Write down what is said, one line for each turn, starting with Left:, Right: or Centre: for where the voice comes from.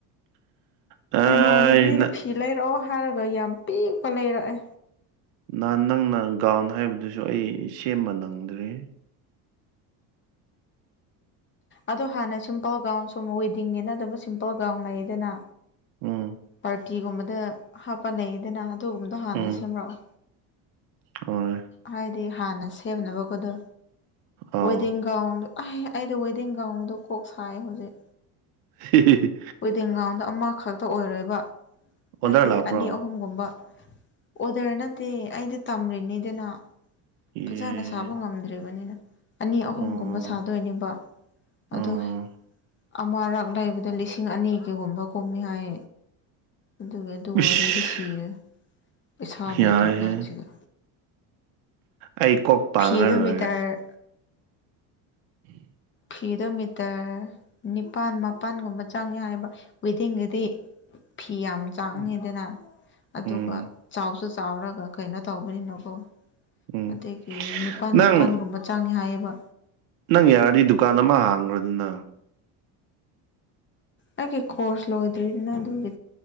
Right: ꯑꯩ
Left: ꯏꯃꯥꯟꯅꯕꯤꯗ ꯐꯤ ꯂꯩꯔꯛꯑꯣ ꯍꯥꯏꯔꯒ ꯌꯥꯝ ꯄꯤꯛꯄ ꯂꯩꯔꯛꯑꯦ
Right: ꯅꯍꯥꯟ ꯅꯪꯅ ꯒꯥꯎꯟ ꯍꯥꯏꯕꯗꯨꯁꯨ ꯑꯩ ꯁꯦꯝꯕ ꯅꯪꯗ꯭ꯔꯦ
Left: ꯑꯗꯣ ꯍꯥꯟꯅ ꯁꯤꯝꯄꯜ ꯒꯥꯎꯟ ꯁꯨꯝ ꯋꯦꯗꯤꯡꯒꯤ ꯅꯠꯇꯕ ꯁꯤꯝꯄꯜ ꯒꯥꯎꯟ ꯂꯩꯗꯅ
Right: ꯎꯝ
Left: ꯄꯥꯔꯇꯤꯒꯨꯝꯕꯗ ꯍꯥꯞꯄ ꯂꯦꯌꯦꯗꯅ ꯑꯗꯨꯒꯨꯝꯕꯗꯣ ꯍꯥꯟꯅ
Right: ꯎꯝ
Left: ꯁꯦꯝꯔꯛꯑꯣ
Right: ꯍꯣꯏ
Left: ꯍꯥꯏꯗꯤ ꯍꯥꯟꯅ ꯁꯦꯝꯅꯕꯒꯗꯣ
Right: ꯑꯥꯎ
Left: ꯋꯦꯗꯤꯡ ꯒꯥꯎꯟꯗꯣ ꯑꯥꯏ ꯑꯩꯗꯤ ꯋꯦꯗꯤꯡ ꯒꯥꯎꯟꯗꯣ ꯀꯣꯛ ꯁꯥꯏ ꯍꯧꯖꯤꯛ
Right: ꯍꯤ ꯍꯤ ꯍꯤ
Left: ꯋꯦꯗꯤꯡ ꯒ꯭ꯔꯥꯎꯟꯗ ꯑꯃꯈꯛꯇ ꯑꯣꯏꯔꯣꯏꯕ
Right: ꯑꯣꯗꯔ
Left: ꯅꯠꯇꯦ
Right: ꯂꯥꯛꯄ꯭ꯔꯣ
Left: ꯑꯅꯤ ꯑꯍꯨꯝ ꯒꯨꯝꯕ ꯑꯣꯗꯔ ꯅꯠꯇꯦ ꯑꯩꯗꯤ ꯇꯝꯔꯤꯅꯤꯗꯅ
Right: ꯑꯦ
Left: ꯐꯖꯅ ꯁꯥꯕ ꯉꯝꯗ꯭ꯔꯤꯕꯅꯤꯅ ꯑꯅꯤ ꯑꯍꯨꯝ
Right: ꯑꯣ
Left: ꯒꯨꯝꯕ ꯁꯥꯗꯣꯏꯅꯦꯕ ꯑꯗꯣ
Right: ꯑꯣ
Left: ꯑꯃꯔꯛ ꯂꯩꯕꯗ ꯂꯤꯁꯤꯡ ꯑꯅꯤꯒꯒꯨꯝꯕ ꯀꯨꯝꯃꯤ ꯍꯥꯏ ꯑꯗꯨꯒ ꯑꯗꯨ
Right: ꯏꯁ
Left: ꯑꯣꯏꯔꯗꯤ ꯁꯤꯔꯅꯤ ꯄꯩꯁꯥ ꯂꯩꯗ꯭ꯔ
Right: ꯌꯥꯏꯍꯦ
Left: ꯀꯥꯟꯁꯤꯗ
Right: ꯑꯩ ꯀꯣꯛ ꯄꯥꯡꯉꯒ
Left: ꯐꯤꯗꯣ
Right: ꯂꯣꯏꯔꯦ
Left: ꯃꯤꯇꯔ
Right: <inaudible>
Left: ꯐꯤꯗꯣ ꯃꯤꯇ꯭ꯔ ꯅꯤꯄꯥꯜ ꯃꯥꯄꯜ ꯒꯨꯝꯕ ꯆꯪꯉꯦ ꯍꯥꯏꯌꯦꯕ ꯋꯦꯗꯤꯡꯒꯤꯗꯤ ꯐꯤ ꯌꯥꯝ ꯆꯥꯡꯉꯤꯗꯅ
Right: ꯎꯝ
Left: ꯑꯗꯨꯒ
Right: ꯎꯝ
Left: ꯆꯥꯎꯁꯨ ꯆꯥꯎꯔꯒ ꯀꯩꯅꯣ ꯇꯧꯕꯅꯤꯅꯀꯣ
Right: ꯎꯝ
Left: ꯑꯗꯒꯤ ꯅꯤꯄꯥꯜ
Right: ꯅꯪ
Left: ꯃꯄꯜꯒꯨꯝꯕ ꯆꯥꯡꯉꯦ ꯍꯥꯏꯌꯦꯕ
Right: ꯅꯪ ꯌꯥꯔꯗꯤ ꯗꯨꯀꯥꯟ ꯑꯃ ꯍꯥꯡꯉꯣꯗꯅ
Left: ꯑꯩꯒꯤ ꯈꯧꯁ ꯂꯣꯏꯗ꯭ꯔꯅ ꯑꯗꯨꯒꯤ